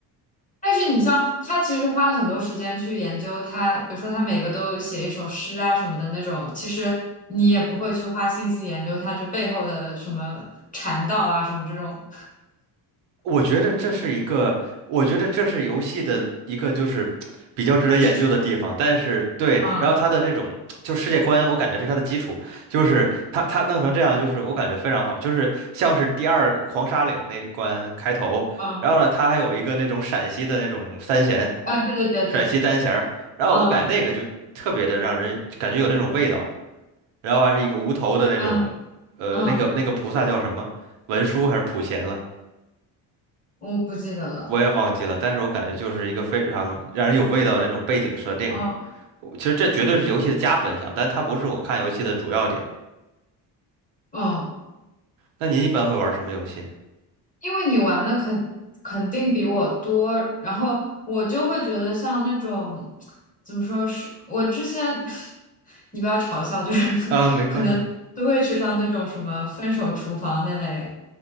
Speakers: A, on the left; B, on the right.
A: 但是你像他其实花了很多时间去研究他，比如说他每个都有写一首诗啊什么的那种，其实你也不会去花心思研究他这背后的什么禅道啊什么这种
B: 我觉得这是一个，我觉得这是游戏的一个就是比较值得研究的地方。
A: 基础。
B: 但是对，
A: 嗯
B: 然后它的这种就世界观，我感觉是它的基础，就是它它弄成这样，就是我感觉非常好，就是像是第二黄沙岭那关开头，
A: 嗯
B: 然后呢，它还有一个那种陕西的那种三弦，
A: 啊，对对对对，
B: 陕西单弦儿，然后我感觉那个就特别的让人感觉有那种味道，
A: 嗯
B: 然后还是一个无头的那种，
A: 嗯
B: 呃，
A: 嗯嗯，
B: 那个那个菩萨叫什么？文殊还是普贤了？
A: 我不记得了。
B: 我也忘记了，但是我感觉就是一个非常让人有味道的那种背景设定嘛。
A: 嗯
B: 我其实这绝对是游戏的加分项，但它不是我看游戏的主要点。
A: 嗯。
B: 那您一般会玩什么游戏？
A: 因为你玩的肯肯定比我多，然后我就会觉得像那种怎么说是，我之前 <laughs> 你不要嘲笑，就是
B: 啊，没关系。
A: 可能都会去上那种什么《分手厨房》那类